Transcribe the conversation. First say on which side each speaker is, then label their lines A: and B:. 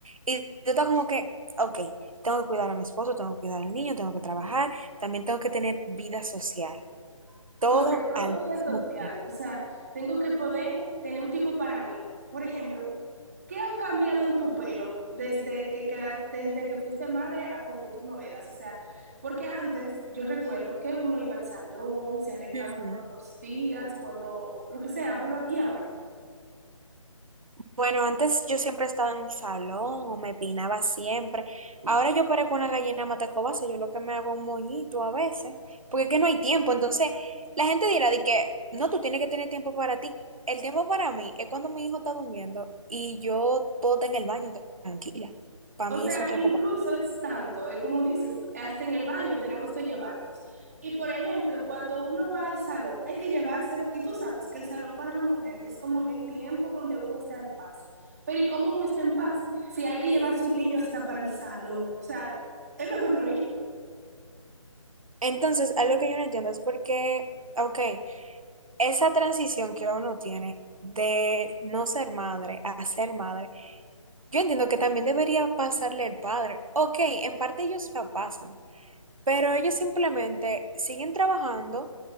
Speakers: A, on the right (about 80°); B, on the right (about 30°).
A: Y tú estás como que, ok, tengo que cuidar a mi esposo, tengo que cuidar al niño, tengo que trabajar, también tengo que tener vida social, todo
B: sobre todo
A: al
B: vida social?
A: mismo
B: O sea, tengo que poder tener un tiempo para mí. Por ejemplo, ¿qué ha cambiado en tu pelo desde que, queda- desde que fuiste madre a cuando tú no eras? O sea, porque antes yo recuerdo que uno iba al salón, se arreglaba
A: tiempo.
B: todos los días, cuando, lo que sea, pero ¿y ahora?
A: Bueno, antes yo siempre estaba en un salón o me peinaba siempre. Ahora yo parezco una gallina matacobasa, yo lo que me hago un moñito a veces, porque es que no hay tiempo. Entonces, la gente dirá de que, no, tú tienes que tener tiempo para ti. El tiempo para mí es cuando mi hijo está durmiendo y yo puedo estar en el baño tranquila. Para
B: O
A: mí
B: sea,
A: es un tiempo
B: incluso
A: para...
B: es tanto, es como dices, hasta en el baño tenemos que llevarnos. Y por ejemplo, cuando uno va al salón, hay que llevárselo y tú sabes que el salón para la mujer es como el tiempo donde uno está en paz. Pero ¿y cómo uno está en paz si hay que llevarse un niño hasta para el salón? O sea, es mejor no ir.
A: Entonces, algo que yo no entiendo es porque, ok, esa transición que uno tiene de no ser madre a ser madre, Yo entiendo que también debería pasarle el padre. Ok, en parte ellos la pasan, pero ellos simplemente siguen trabajando